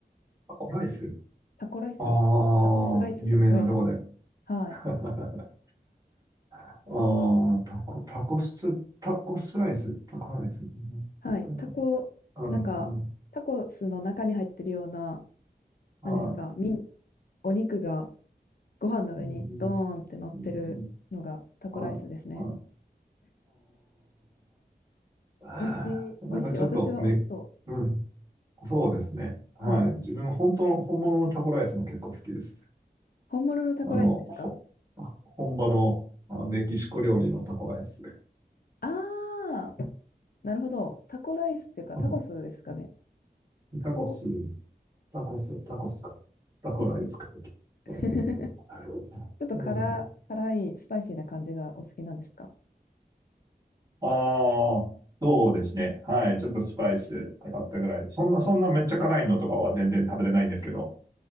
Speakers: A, on the right; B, on the left.
A: タコライス。
B: タコライスタコスライス、
A: ああ、有名なとこで。
B: タコライス。はい。
A: <laughs> ああ、タコ、タコス、タコスライス、タコライス。う
B: はい。
A: んタコ
B: タコ、
A: うんうん。
B: なんか、タコスの中に入ってるような、
A: は
B: なんですか、みん、お肉がご飯の上にドーンって乗ってるのがタコライスですね。
A: い。うんうん。うんうん。はい。はい。ああ。
B: 美味しい、
A: <laughs> なんかちょっとめ、
B: 美味しい。私は美味しそ
A: うん。そうですね。はい。
B: う。はい。
A: 自分、本当の、本物のタコライスも結構好きです。
B: 本物のタコライスですか
A: あの、ほ、本場のあメキシコ料理のタコライス。
B: ああー、なるほど。タコライスっていうか、
A: <laughs>
B: タコスですかね。タコ、
A: タコス、タコス、タコスか。タコライスかって。
B: タコス
A: そうなんだけど。
B: <laughs> ちょっと辛、
A: ええ
B: 辛い、スパイシーな感じがお好きなんですか
A: ああ、そうですね。はい。ちょっとスパイスかかったぐらいで。そんな、そんなめっちゃ辛いのとかは全然食べれないんですけど。